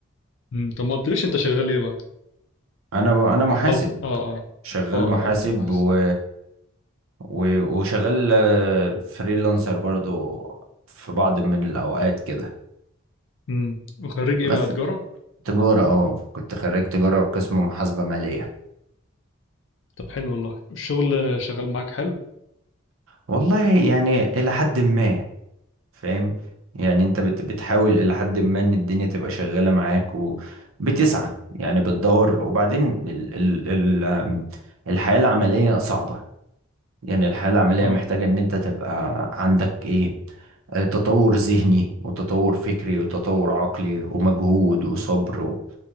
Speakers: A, on the left; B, on the right.
A: مم، طب ما قلتليش انت شغال ايه بقى؟
B: انا انا محاسب
A: انت قلت اه اه اه
B: شغال
A: اه
B: محاسب
A: آه، قلت لي معاك
B: و و- وشغال آه، فريلانسر برضو في بعض من الأوقات كده
A: امم وخريج
B: بس
A: ايه بقى تجارة؟
B: تجارة اه كنت خريج تجارة قسم محاسبة مالية
A: طب حلو والله الشغل شغال معاك حلو؟
B: والله يعني إلى حد ما فاهم يعني أنت بت بتحاول إلى حد ما إن الدنيا تبقى شغالة معاك وبتسعى يعني بتدور وبعدين ال ال ال آم، الحياة العملية صعبة يعني الحياة العملية
A: اه
B: محتاجة ان انت تبقى عندك ايه آه، تطور ذهني وتطور فكري وتطور عقلي ومجهود وصبر و...